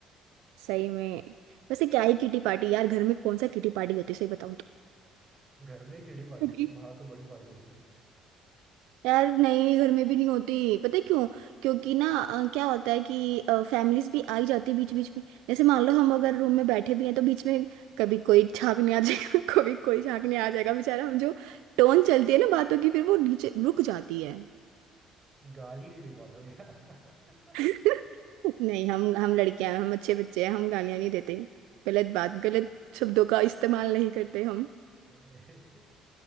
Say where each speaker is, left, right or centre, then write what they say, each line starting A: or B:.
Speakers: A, on the right; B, on the right.
A: सही में वैसे क्या ही किटी पार्टी यार घर में कौन सा किटी पार्टी होती है सही बताऊं
B: घर में किटी पार्टी
A: तो
B: होती
A: <laughs>
B: है बाहर तो बड़ी पार्टी होती है
A: यार नहीं घर में भी नहीं होती पता है क्यों क्योंकि ना अ, क्या होता है कि फैमिलीज भी आ ही जाती है बीच बीच में जैसे मान लो हम अगर रूम में बैठे भी हैं तो बीच में कभी कोई झांकने आ जाएगा <laughs> कभी कोई झांकने आ जाएगा बेचारा हम जो टोन चलती है ना बातों की फिर वो नीचे रुक जाती है
B: गाली नहीं दे पाते हो क्या
A: <laughs> नहीं हम हम लड़कियां हैं हम अच्छे बच्चे हैं हम गालियां नहीं देते गलत बात गलत शब्दों का इस्तेमाल नहीं करते हम
B: <laughs> अरे